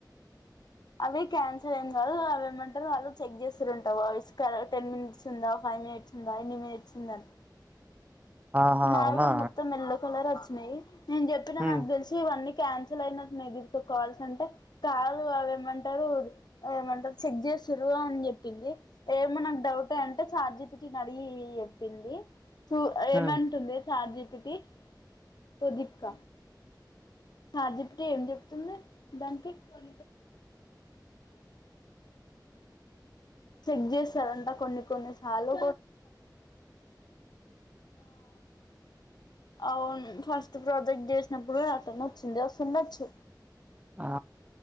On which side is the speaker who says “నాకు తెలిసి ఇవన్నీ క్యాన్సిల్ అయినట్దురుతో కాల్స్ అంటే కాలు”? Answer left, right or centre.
Left